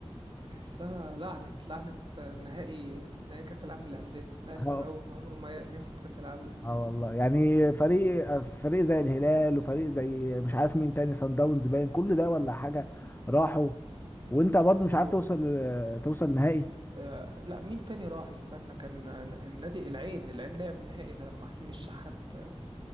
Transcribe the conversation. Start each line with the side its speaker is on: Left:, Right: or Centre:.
Right: تحسها لعنه لعنه نهائي نهائي كاس العالم للانديه الاهلي
Left: ده
Right: ملعون عمره ما ي- ما ياخد كاس العالم للانديه
Left: اه والله يعني فريق فريق زي الهلال وفريق زي مش عارف مين تاني صن داونز باين كل ده ولا حاجة راحوا وانت برضو مش
Right: الو...
Left: عارف توصل توصل نهائي
Right: آه لا مين تاني راح استنى كان النادي العين العين لعب نهائي لما حسين الشحات